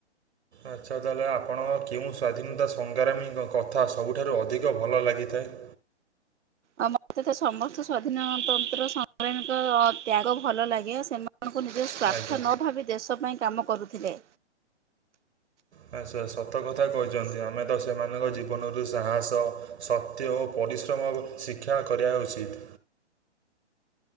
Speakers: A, on the right; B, on the right.
A: ଆଚ୍ଛା ତାହେଲେ ଆପଣଙ୍କ କେଉଁ ସ୍ୱାଧୀନତା ସଂଗ୍ରାମୀ କଥା ସବୁଠାରୁ ଅଧିକ ଭଲ ଲାଗିଥାଏ।
B: ଆ ମତେ ତ ସମସ୍ତ ସ୍ଵାଧୀନତନ୍ତ୍ର ସଂଙ୍ଗ୍ରଗୀଙ୍କ ତ୍ୟାଗ ଭଲ ଲାଗେ। ସେମାନେ ଆପଣଙ୍କୁ ନିଜ ସ୍ୱାର୍ଥ
A: ଆଜ୍ଞା
B: ନ ଭାବି ଦେଶ ପାଇଁ କାମ କରୁଥିଲେ।
A: ବାସ୍ ବାଶ୍ ସତ କଥା କହିଛନ୍ତି, ଆମେ ତ ସେମାନଙ୍କ ଜୀବନରୁ ସାହସ ସ କ୍ତିଇ ଓ ପରିଶ୍ରମ ଶିକ୍ଷା କରିବା ଉଚିତ୍।